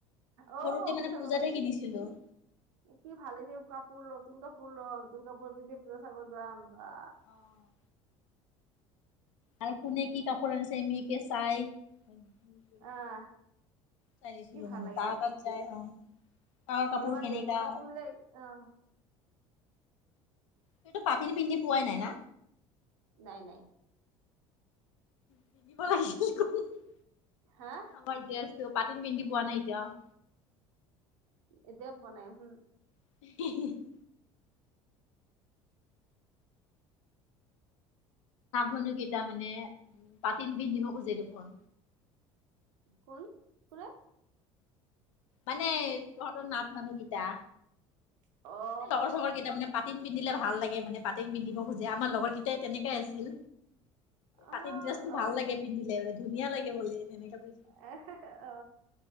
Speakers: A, on the right; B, on the left.
A: অ
B: সৰুতে
A: শুই
B: মানে
A: থাকোতে
B: পূজাতহে
A: ই
B: কিনিছিলো।
A: কি ভালে দিয়ক কাপোৰ কাপোৰ নতুন কাপোৰ লও নতুন কাপোৰ পিন্ধি পুজা চাব যাম বা
B: অ', আৰু কোনে কি কাপোৰ আনিছে আমিকে চাই সেইটোতো
A: আহ
B: চাই দিছিলো
A: কি ভাল
B: মানে
A: লাগে
B: তাৰ
A: গোটে
B: তাত যাই
A: উম
B: অহ তাৰ কাপোৰ
A: অলপমান
B: কেনেকা
A: দেৰিকে কাপোৰ বিলাক অ
B: তইতো পাতিনি পিন্ধি পোৱাই নাই না
A: নাই নাই।
B: পিন্ধিব <unintelligible>
A: হা?
B: আমাৰ ড্ৰেছটো পাতিন পিন্ধি পোৱা নাই এতিয়াও।
A: এতিয়াও পোৱা নাই উহু।
B: <unintelligible> মানুহকেইটা মানে তা ধিন ধিন দিব খোজে দেখোন।
A: কোন <unintelligible>
B: মানে তহঁতৰ নাথ মানুহকিটা।
A: অ
B: এনে লগৰ চগৰ কেইটা মানে পাতিন পিন্ধিলে ভাল লাগে মানে পাতিন পিন্ধিব খোজে আমাৰ লগৰ কেইটাই তেনেকাই আছিল।
A: অ
B: পাতিন ড্ৰেছটো
A: অ
B: ভাল লাগে পিন্ধিলে বোলে ধুনীয়া লাগে বোলে তেনেকে কৈছে।
A: <unintelligible> অ